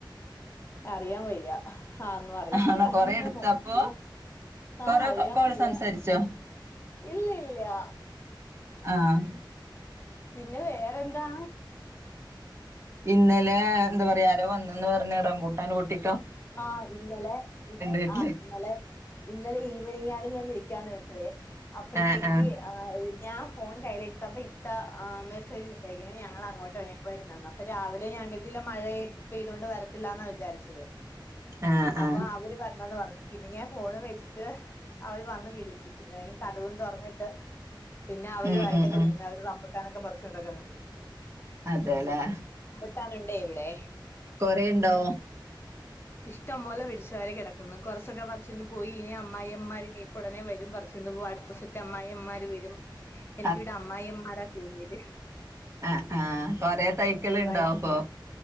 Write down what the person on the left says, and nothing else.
അറിയാൻ വയ്യ ആഹ് ഒന്നും അറിയത്തില്ല
ങ്ങൻ
നോക്കി
ആഹ് അറിയാൻ
വയ്യ
ഇല്ല്യല്ല്യ
പിന്നെ വേറെന്താ
ആഹ് ഇന്നലെ
ആഹ് ഇന്നലെ ഇന്നലെ ഈവനിംഗ ആണെ ഞാൻ വിളിക്കാന്ന് വെച്ചതേ അപ്പോഴത്തേക്ക്
ഞാൻ ഫോൺ കയ്യിലെട്ത്ത് അപ്പോ ഇത്ത ആ മെസ്സേജ് ഇട്ടേക്ക്ന് ഞങ്ങൾ അങ്ങോട്ട് വെർ വരുന്നെന്ന് അപ്പ രാവിലെ ഞാൻ കര്തിയില്ല മഴയെ പെയ്ത കൊണ്ട് വരത്തില്ലാന്നാ വിചാരിച്ചത്
അപ്പൊ
അവര് പർഞ്ഞന്ന് പർഞ്ഞ് പിന്നെ ഞാൻ ഫോണ് വെച്ചിട്ട് അവര് വന്ന് വിളിച്ച് പിന്നെ കഥവും തുറന്നിട്ട് പിന്നെ അവരു
ആയിട്ടൊക്കെ
നിന്ന് അവരു റമ്പുട്ടാനൊക്കെ പറച്ചുകൊണ്ടാകാനിന്ന്
എത്താനുണ്ടേ ഇവിടെ
ഇഷ്ടം പോലെ പിട്ച്ച് വാരികിടക്കുന്നു കുറച്ചൊക്കെ പറച്ചൊണ്ട് പോയി ഇനി അമ്മായിമ്മമാരിനി ഉടനെ വരും പറിച്ചോണ്ട് പോ അട്ത്ത സെറ്റ് അമ്മായി അമ്മാർ വരും
എനിക്ക് ഇവിടെ അമ്മായിയമ്മമാരാ കൂടുതല്
ഒരുപാട്